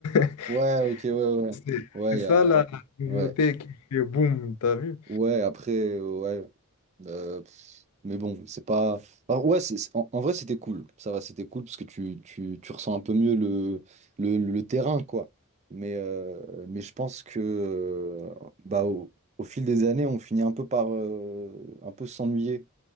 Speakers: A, on the left; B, on the right.
A: <laughs>
B: Ouais, ok, ouais, ouais.
A: C'est
B: Ouais,
A: c'est
B: y
A: ça
B: a...
A: la nouveauté
B: ouais.
A: qui fait boum, t'as vu?
B: Ouais, après, euh, ouais. Euh, pff, mais bon, c'est pas. Alors, ouais, c'est, c'est- en, en vrai, c'était cool. Ça va, c'était cool parce que tu, tu, tu ressens un peu mieux le, le, le terrain, quoi. Mais, euh, mais je pense que euh, bah, au, au fil des années, on finit un peu par euh, un peu s'ennuyer